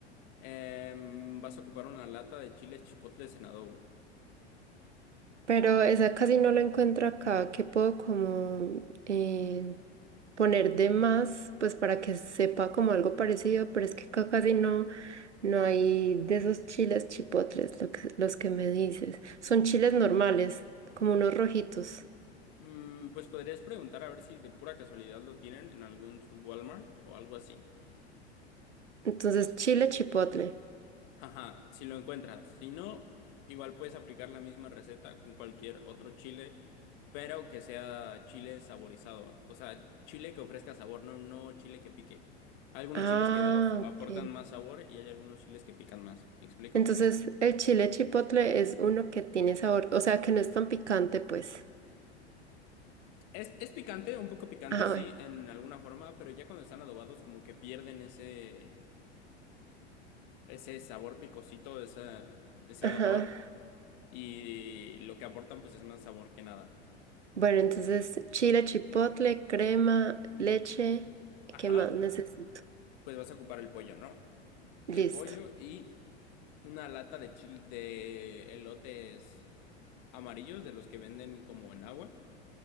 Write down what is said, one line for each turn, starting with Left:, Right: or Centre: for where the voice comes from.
Left: Em, vas a ocupar una lata de chiles chipotles en adobo.
Right: Pero esa casi no la encuentro acá. ¿Qué puedo como eh, poner de más? Pues para que sepa como algo parecido, pero es que acá casi no, no hay de esos chiles chipotles, lo que- los que me dices. Son chiles normales, como unos rojitos.
Left: Mm, pues podrías preguntar a ver si de pura casualidad lo tienen en algún su Walmart o algo así.
Right: Entonces, chile chipotle.
Left: Ajá, si lo encuentras. Si no, igual puedes aplicar la misma receta con cualquier otro chile, pero que sea chile saborizado. O sea, chile que ofrezca sabor, no, no chile que pique. Hay algunos
Right: Ah,
Left: chiles que of- aportan
Right: ok.
Left: más sabor y hay algunos chiles que pican más. ¿Me explico?
Right: Entonces, el chile chipotle es uno que tiene sabor, o sea, que no es tan picante, pues.
Left: Es, es picante, un poco picante,
Right: Ah,
Left: sí,
Right: bueno.
Left: en alguna forma, pero ya cuando están adobados, como que pierden ese, ese sabor picosito, esa- ese
Right: Ajá.
Left: ardor, y lo que aportan, pues es más sabor que nada.
Right: Bueno, entonces chile, chipotle, crema, leche,
Left: Ajá.
Right: ¿qué más necesito?
Left: pues vas a ocupar el pollo, ¿no?
Right: Listo.
Left: El pollo y una lata de chile de elotes amarillos, de los que venden como en agua,